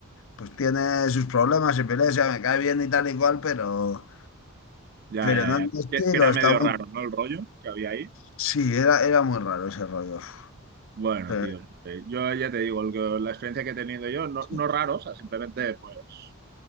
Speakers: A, on the left; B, on the right.
A: pues tiene sus problemas y peleas, ya me cae bien y tal y cual, pero,
B: ya,
A: pero
B: ya,
A: no
B: ya.
A: es mi estilo,
B: Que, que era
A: está
B: medio
A: muy...
B: raro, ¿no? El rollo que había ahí.
A: Sí, era, era muy raro ese rollo.
B: Bueno,
A: Eh,
B: tío, no sé. Yo ya te digo, el que- la experiencia que he tenido yo, no,
A: Sí.
B: no raro, o sea, simplemente, pues,